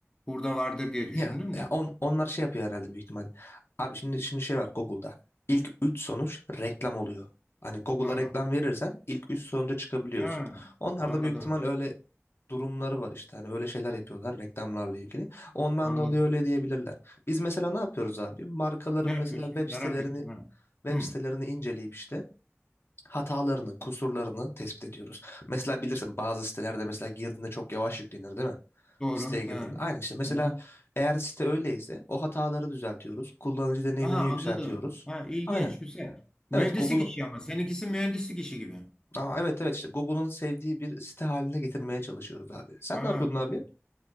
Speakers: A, on the left; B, on the left.
A: burada vardır diye düşündüm
B: Ya, ya
A: de.
B: on, onlar şey yapıyor herhalde büyük ihtimal. Abi şimdi şimdi şey var Google'da. İlk 3 sonuç reklam oluyor. Hani Google'a
A: Ha,
B: reklam verirsen ilk 3 sonuca çıkabiliyorsun.
A: ha,
B: Onlar
A: anladım
B: da büyük ihtimal öyle durumları var işte. Hani öyle şeyler yapıyorlar reklamlarla ilgili. Ondan
A: anladım.
B: dolayı öyle diyebilirler. Biz mesela ne yapıyoruz abi? Markaların
A: Ne
B: mesela
A: yapıyorsun?
B: web
A: Merak
B: sitelerini
A: ettim. Ha.
B: web
A: Hı,
B: sitelerini inceleyip işte hatalarını, kusurlarını tespit ediyoruz. Mesela bilirsin bazı sitelerde mesela girdiğinde çok yavaş yüklenir değil mi?
A: doğru.
B: Siteye girdiğinde.
A: Ha.
B: Aynen işte mesela
A: Ha.
B: eğer site öyleyse o hataları düzeltiyoruz. Kullanıcı deneyimini
A: Ha, anladım.
B: yükseltiyoruz.
A: Ha, ilginç
B: Aynen.
A: güzel. Mühendislik
B: Evet Google'un
A: işi ama seninkisi mühendislik işi gibi.
B: Aa, evet evet işte Google'un sevdiği bir site haline getirmeye çalışıyoruz abi. Sen
A: Ha,
B: ne yapıyordun
A: güzel.
B: abi?